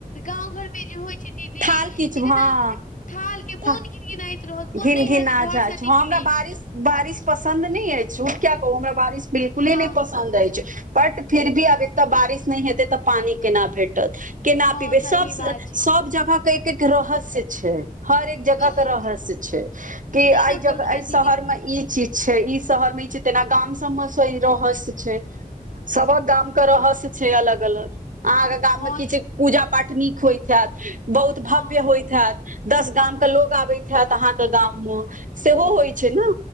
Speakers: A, on the left; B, on the right.
A: गाँव घरमे जे होइ छै दीदी
B: थाल किच
A: जेना।
B: हँ
A: थालके
B: था
A: मोन गिन गिनाइत रहत
B: घिन
A: मोन नहि
B: घिना
A: होैतत जे घरसँ
B: जाइ छै हमरा
A: निकली।
B: बारिश बारिश पसन्द नहीं। अछि झूठ क्य कहू में बारिश बिलकु ही
A: हँ
B: पस। पसन्द अछि छै बट फिर भी अब एक तऽ बारिश नहि हेतै तऽ पानि केना भेटत। के नापीबे
A: हँ सही
B: सब
A: बात छै
B: सब जगह के एक एक रहस्य छै हर एक जगह
A: इह
B: के रहस्य। कि
A: तै
B: एहि
A: ने
B: जगह
A: कहलहु
B: एहि
A: हे
B: शहर
A: दीदी
B: मे ई चीज। छै ई शहर मे ई छै तेना गाम सबमे रहस्य छै। सबक गाम के रहस्य छै अलग अलग अहाँ। गाम
A: हँ
B: मे किछु पूजा पाठ नीक होइत छत बहुत
A: हँ
B: भव्य होइत हत। दस गाम के लोकआबैत हैत अहााँके गाम मे सेहो होइ छै ने।